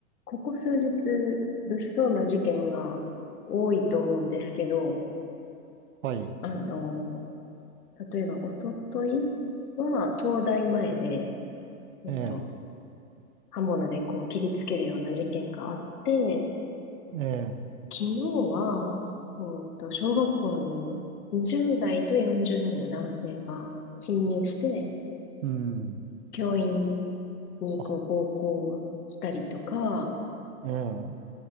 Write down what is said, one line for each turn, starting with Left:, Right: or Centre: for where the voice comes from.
Left: ここ数日、物騒な事件が多いと思うんですけど、
Right: はい。
Left: あの、例えば、おとといは、東大前で、えっと、
Right: ええ、
Left: 刃物でこう切りつけるような事件があって、
Right: ええ、
Left: 昨日は、えっと、小学校に20代と40代の男性が侵入して、
Right: うん。
Left: 教員にこう暴行したりとか、
Right: あ、ええ、